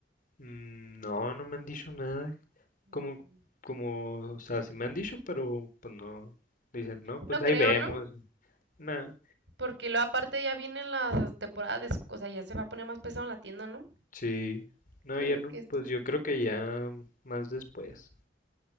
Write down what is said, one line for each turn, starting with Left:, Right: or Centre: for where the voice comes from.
Left: Mm, no, no me han dicho nada.
Right: Mm.
Left: como, como, o sea, sí me han dicho, pero pues no, dicen, no, pues
Right: No
Left: ahí
Right: creo,
Left: vemos,
Right: ¿no?
Left: nada,
Right: Porque luego aparte ya vienen las temporadas, de esc- o sea, ya se va a poner más pesado en la tienda, ¿no?
Left: sí, no,
Right: Que,
Left: ya no,
Right: que esto-
Left: pues yo creo que ya más después,